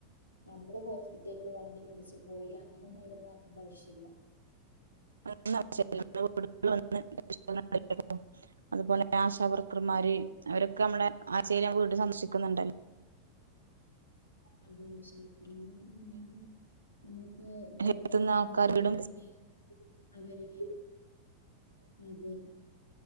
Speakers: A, on the left; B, on the right.
A: ഞമ്മള് ഹോസ്പിറ്റലില് വണ്ടി വി ച്ച് പോയി അങ്ങനെയൊന്നൊരൊന്നാക്കണ്ട ആവശ്യല്ല
B: <unintelligible> <unintelligible> അതുപോലെ ആശാവർക്കർമാര്
A: അതെ
B: അവരൊക്കെ മ്മളെ ആ ചേല് ഞാൻ വീട് സന്ദർശിക്കുന്നുണ്ട
A: അതെ <unintelligible> ഞ്ഞാല് നമ്മളിപ്പോ ഗർഭിണിയാകുന്നത്
B: ഹെൽത്ത്ന്ന് ആൾക്കാർ വീടും
A: മുതല് അവര് വരും അതെ